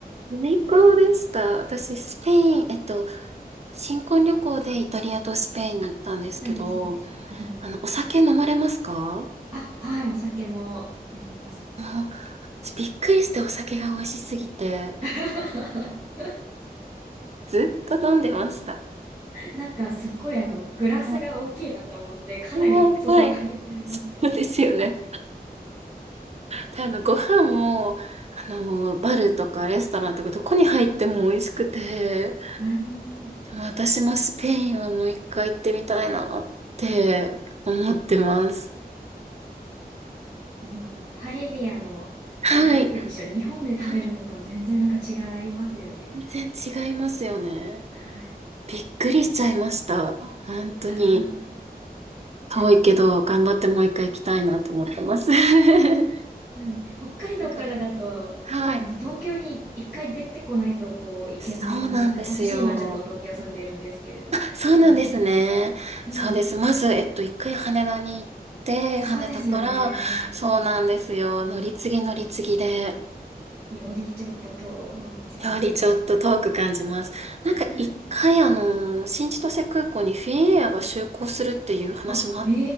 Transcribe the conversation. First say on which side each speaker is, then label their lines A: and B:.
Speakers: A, on the right; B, on the right.
A: 最高でした。私、スペイン、えっと、新婚旅行でイタリアとスペインに行ったんですけど、
B: そうですね。はい。
A: あの、お酒飲まれますか
B: あ、はい、お酒も飲みます。
A: あの、びっくりしてお酒が美味しすぎて、
B: <laughs>
A: ずっと飲んでました。
B: なんかすっごいあの、グラスが大きいなと思って、
A: う
B: かなり注がれちゃいますよね。
A: んは <laughs> はい。そうですよね。で、あの、ご飯も、あの、バルとかレストランとかどこに入っても美味しくて、
B: うんあの、
A: でも私もスペインはもう一回行ってみたいなって思ってます。
B: もうあの、パエリアの、
A: はい。
B: なんて言うんでしょう、日本で食べるのとは全然なんか違いますよね。
A: はい。全然違いますよね。
B: はい。
A: びっくりしちゃいました。本当に。
B: は
A: 遠いけど、頑張ってもう一回行きたいなと思ってます。<laughs> な
B: いよね。北海道からだと、
A: んか、はい。
B: あの、東京に一回出てこないと、こう、いけないんですから。
A: そうなんですよ。
B: 私今ちょっと東京住んでるんですけれど。
A: そうなんですね。
B: はい。はい。
A: そうです。まず、えっと、一回羽田に行って、
B: そうですよね。
A: 羽田から、そうなんですよ。乗り継ぎ乗り継ぎで、
B: よりちょっと遠のいてしまいますね。
A: やはりちょっと遠く感じます。なんか一回あの、
B: うん。
A: 新千歳空港にフィンエアが就航するっていう話もあ
B: あ、へ